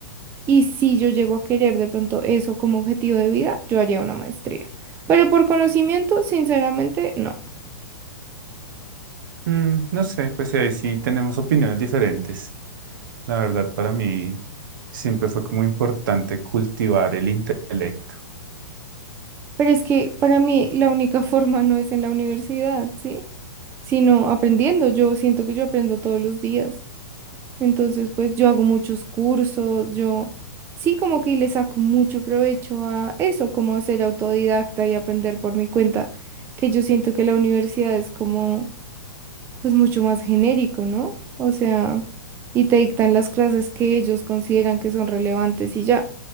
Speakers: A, on the right (about 20°); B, on the right (about 60°).
A: y si yo llego a querer de pronto eso como objetivo de vida, yo haría una maestría. Pero por conocimiento, sinceramente, no.
B: Mm, no sé, pues ahí sí tenemos opiniones diferentes. La verdad, para mí siempre fue como importante cultivar el intelecto.
A: Pero es que para mí la única <laughs> forma no es en la universidad, ¿sí? Sino aprendiendo. Yo siento que yo aprendo todos los días. Entonces, pues yo hago muchos cursos, yo sí como que le saco mucho provecho a eso, como a ser autodidacta y aprender por mi cuenta, que yo siento que la universidad es como, pues mucho más genérico, ¿no? O sea, y te dictan las clases que ellos consideran que son relevantes y ya,